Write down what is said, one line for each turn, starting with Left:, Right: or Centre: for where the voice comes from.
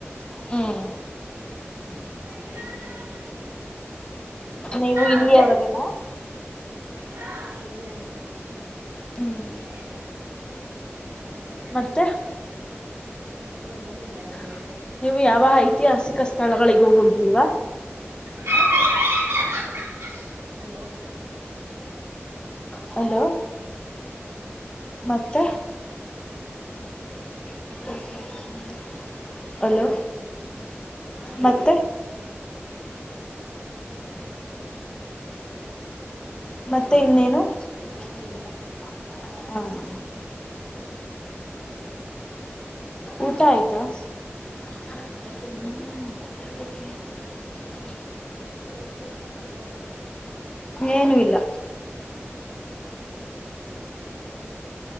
Left: ಹ್ಮ್
Right: ಹ್ಮ್
Left: ನೀವು ಇಲ್ಲಿಯ
Right: ಮತ್ತೆ
Left: ಅವರೇನ?
Right: ಹಾ ಇಲ್ಲಿ ಅಲ್ಲಿ
Left: ಹ್ಮ್
Right: ನೀನೇನ್ <unintelligible>
Left: ಮತ್ತೆ
Right: ಹಾ ಮತ್ತೆ ಏನು ಇಲ್ಲ ನೀವ್ ಹೇಳ್ಬೇಕು
Left: <inaudible> ನೀವು ಯಾವ ಐತಿಹಾಸಿಕ ಸ್ಥಳಗಳಿಗೂ ಹೋಗಿಲ್ವಾ?
Right: <unintelligible> ಹಲೋ
Left: ಹಲೋ <inaudible> ಮತ್ತೆ
Right: <inaudible>
Left: <unintelligible> ಅಲೋ
Right: ಹಾ ಹೇಳಿ ಹಾ ಹೇಳಿ
Left: ಮತ್ತೆ
Right: ಹೇಳಿ
Left: ಮತ್ತೆ ಇನ್ನೇನು <unintelligible>
Right: ಏನು ಇಲ್ಲ
Left: ಹ್ಮ್ಮ್ ಊಟ ಆಯ್ತಾ <unintelligible>
Right: ಹಾ ಆಯ್ತು ನಿಮ್ದು ಮತ್ತೆ ಹೇನ್ ಸಮಾಚಾರ
Left: ಏನು ಇಲ್ಲ